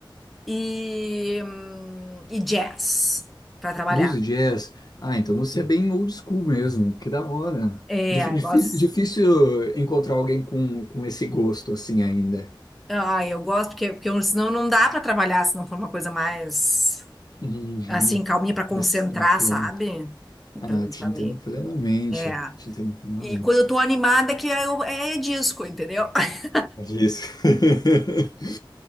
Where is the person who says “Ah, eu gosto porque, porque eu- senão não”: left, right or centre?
Centre